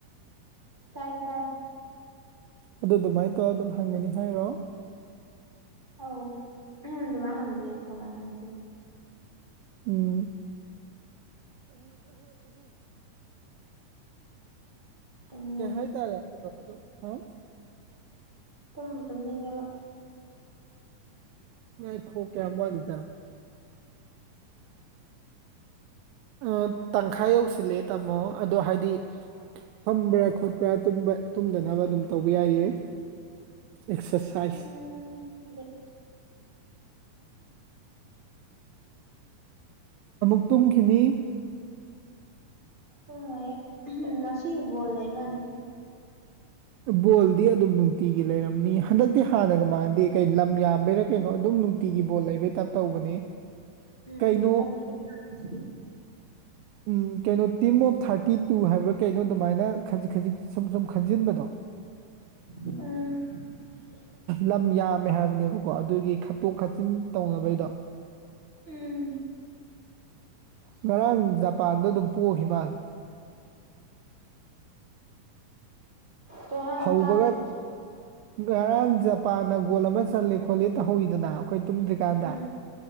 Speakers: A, on the right (about 50°); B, on the right (about 85°).
A: ꯇꯥꯏ ꯇꯥꯏ
B: ꯑꯗꯨ ꯑꯗꯨꯃꯥꯏ ꯇꯧꯔ ꯑꯗꯨꯝ ꯐꯪꯒꯅꯤ ꯍꯥꯏꯔꯣ
A: ꯑꯧ ꯑꯗꯨꯃꯥꯏ ꯍꯪꯗꯔꯗꯤ ꯀꯃꯥꯏ ꯍꯪꯗꯣꯏꯅꯣ
B: ꯎꯝ
A: ꯇꯨꯝꯅꯤꯡꯉꯦ
B: ꯀꯩ ꯍꯥꯏꯇꯥꯔꯦ ꯑꯗꯨꯗꯣ ꯑꯗꯨ ꯍꯥꯎ
A: ꯇꯝꯕꯨ ꯇꯨꯝꯅꯤꯡꯉꯦꯕ
B: ꯉꯏꯈꯣ ꯀꯌꯥꯝ ꯋꯥꯠꯂꯤꯖꯥꯠꯅꯣ ꯑ ꯇꯪꯈꯥꯏ ꯌꯧꯁꯤꯜꯂꯛꯑꯦ ꯇꯥꯃꯣ ꯑꯗꯣ ꯍꯥꯏꯗꯤ ꯐꯝꯕ꯭ꯔꯥ ꯈꯣꯠꯄ꯭ꯔꯥ ꯇꯨꯝꯕ ꯇꯨꯝꯗꯅꯕ ꯑꯗꯨꯝ ꯇꯧꯕ ꯌꯥꯏꯌꯦ ꯑꯦꯛꯁꯔꯁꯥꯏ
A: ꯎꯝ ꯑꯗꯨꯗꯤ
B: ꯑꯃꯨꯛ ꯇꯨꯨꯝꯈꯤꯅꯤ
A: ꯇꯨꯝꯃꯣꯏꯌꯦ ꯉꯁꯤꯕꯣꯜꯂꯩ ꯃꯥꯜꯂꯦ
B: ꯕꯣꯜꯗꯤ ꯑꯗꯨꯝ ꯅꯨꯡꯇꯤꯒꯤ ꯂꯩꯔꯝꯅꯤ ꯍꯟꯗꯛꯇꯤ ꯍꯥꯟꯅꯒ ꯃꯥꯟꯅꯗꯦ ꯀꯩ ꯂꯝ ꯌꯥꯝꯕꯩꯔꯥ ꯀꯩꯅꯣ ꯑꯗꯨꯝ ꯅꯨꯡꯇꯤꯒꯤ ꯕꯣꯜ ꯂꯩꯕꯩ ꯇꯥꯞ ꯇꯧꯕꯅꯤ ꯀꯩꯅꯣ
A: ꯎꯝ ꯀꯟꯇ꯭ꯔꯤ ꯌꯥꯝꯃꯤꯁꯤꯗꯤ
B: ꯎꯝ ꯀꯩꯅꯣ ꯇꯤꯝ ꯑꯣꯐ ꯊꯥꯔꯇꯤꯇꯨ ꯍꯥꯏꯕ꯭ꯔꯥ ꯀꯩꯅꯣ ꯑꯗꯨꯃꯥꯏꯅ ꯈꯖꯤꯛ ꯈꯖꯤꯛ ꯁꯨꯝ ꯁꯨꯝ ꯈꯟꯖꯤꯟꯕꯗꯣ
A: ꯑ
B: ꯂꯝ ꯌꯥꯝꯃꯦ ꯍꯥꯏꯕꯅꯦꯕꯀꯣ ꯑꯗꯨꯒꯤ ꯈꯠꯇꯣꯛ ꯈꯥꯆꯤꯟ ꯇꯧꯅꯕꯩꯗꯣ
A: ꯎꯝ
B: ꯉꯔꯥꯡ ꯖꯄꯥꯟꯗꯣ ꯑꯗꯨꯝ ꯄꯣꯛꯈꯤ ꯃꯥꯜꯂꯦ
A: ꯀꯩ ꯍꯥꯏꯅꯣ
B: ꯍꯧꯕꯒ
A: ꯇꯥꯗ꯭ꯔꯦ
B: ꯉꯔꯥꯡ ꯖꯄꯥꯟꯅ ꯒꯣꯜ ꯑꯃ ꯆꯜꯂꯦ ꯈꯣꯠꯂꯦ ꯇꯧꯍꯧꯋꯤꯗꯅ ꯑꯩꯈꯣꯏ ꯇꯨꯝꯗ꯭ꯔꯤꯀꯥꯟꯗ
A: ꯎꯝ